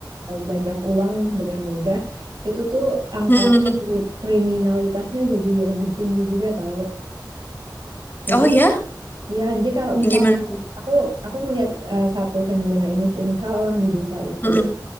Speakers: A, on the right (about 70°); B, on the left (about 25°).
A: banyak uang dengan mudah. Itu tuh angka
B: Mhm.
A: kri- kriminalitasnya jadi lebih tinggi juga tahu. Jadi
B: Oh ya,
A: ya, jadi kalau misal
B: gimana?
A: aku aku melihat eh, satu fenomena ini sih, misal orang di desa itu
B: Mhm.